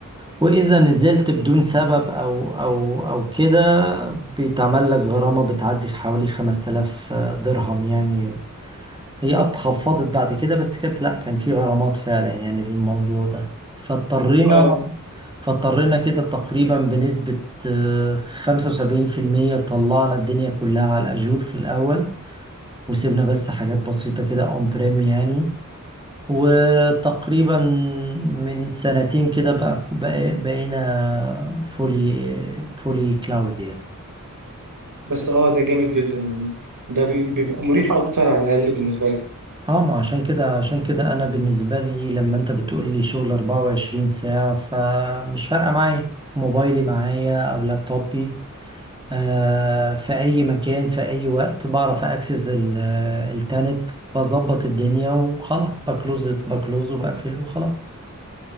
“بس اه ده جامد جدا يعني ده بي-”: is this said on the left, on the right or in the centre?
Right